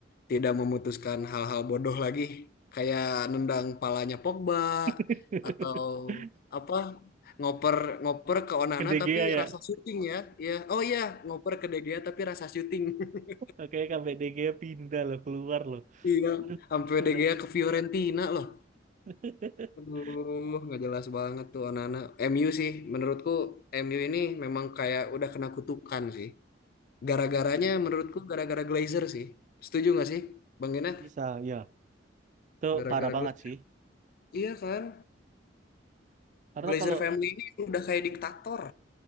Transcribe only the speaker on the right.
<laughs>
Ke De
Gea ya,
oke sampai De Gea pindah loh, keluar loh.
Aduh,
kacau
banget.
<laughs>
Iya,
Bisa, ya. Itu
parah banget
sih.
Karena
kalau